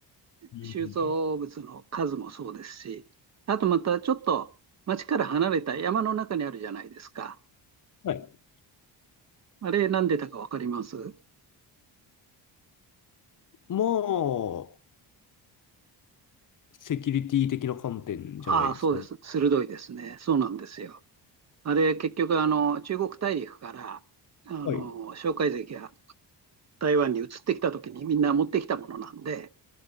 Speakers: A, on the left; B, on the right.
A: うんうん
B: 収蔵物の数もそうですし、あとまたちょっと町から離れた山の中にあるじゃないですか。
A: はい。
B: あれ、なんでたかわかります
A: まあ、セキュリティ的な観点じゃないですかね。
B: ああ、そうです。鋭いですね。そうなんですよ。あれ、結局、あの、中国大陸から、あの、
A: はい。
B: 蒋介石が台湾に移ってきた時にみんな持ってきたものなんで、